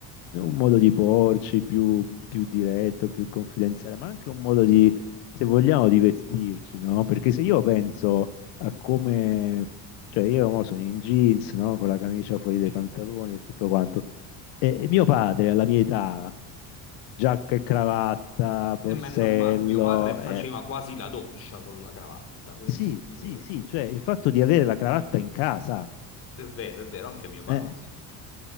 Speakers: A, on the left; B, on the left.
A: un modo di porci più, più diretto, più confidenziale, ma anche un modo di, se vogliamo, di vestirci, no? Perché se io penso a come, cioè io mo sono in jeans, no? Con la camicia fuori dai
B: Sì.
A: pantaloni e tutto quanto. E, e mio padre, alla mia età, giacca e cravatta, borsello,
B: Eh, ma è normale, mio padre faceva
A: eh,
B: quasi la doccia con la cravatta, quindi
A: sì,
B: figurati.
A: sì, sì, cioè il fatto di avere la cravatta in casa,
B: È vero, è vero, anche mio padre,
A: eh,
B: sempre.